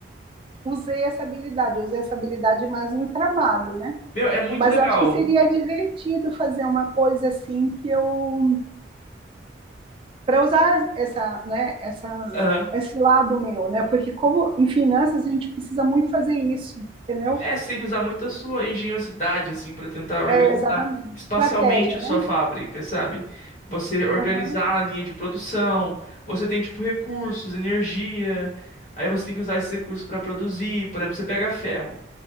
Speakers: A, on the right; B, on the left.
A: usei essa habilidade. Eu usei essa habilidade mais no trabalho, né?
B: Meu, é muito
A: Mas
B: legal.
A: eu acho que seria divertido fazer uma coisa assim que eu para usar essa, né, essa
B: Aham.
A: esse lado meu, né? Porque como em finanças a gente precisa muito fazer isso, entendeu?
B: É, você tem que usar muito a sua engenhosidade, assim, pra tentar organizar
A: É, exatamente.
B: espacialmente
A: Estratégia,
B: a
A: né?
B: sua fábrica, sabe? Você organizar
A: Aham.
B: a linha de produção, você tem, tipo, recursos, energia. Aí você tem que usar esses recursos pra produzir. Por exemplo, você pega ferro.